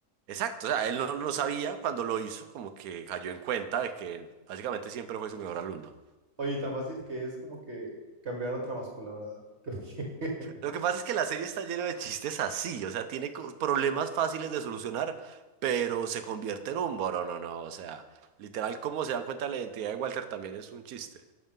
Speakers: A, on the right; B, on the right.
A: Exacto, o sea, él no lo sabía cuando lo hizo, como que cayó en cuenta de que básicamente siempre fue su mejor alumno.
B: Oye, tan fácil que es como que cambiar otra báscula, ¿verdad? Creo que- <laughs>
A: Lo que pasa es que la serie está llena de chistes así, o sea, tiene co- problemas fáciles de solucionar, pero se convierte en un boro, no, no, o sea, literal, como se dan cuenta de la identidad de Walter también es un chiste.